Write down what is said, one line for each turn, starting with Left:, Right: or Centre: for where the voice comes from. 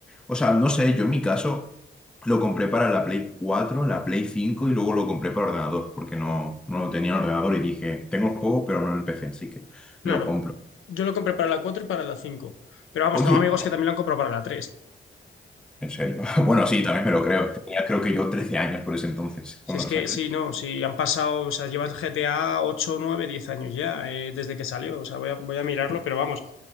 Centre: O sea, no sé, yo en mi caso lo compré para la Play cuatro, la Play cinco y luego lo compré para ordenador, porque no, no lo tenía en ordenador y dije, tengo el juego, pero no en el PC, así que
Left: Claro,
Centre: lo compro.
Left: yo lo compré para la 4 y para la 5. Pero vamos,
Centre: Oye,
Left: tengo amigos que también lo han comprado para la tres.
Centre: en serio. <laughs> Bueno, sí, también me lo creo. Tenía creo que yo 13 años por ese entonces, cuando
Left: Si es
Centre: lo
Left: que,
Centre: sacaron.
Left: sí, no, si han pasado, o sea, lleva el GTA 8 9 10 años ya, eh, desde que salió. O sea, voy a, voy a mirarlo, pero vamos,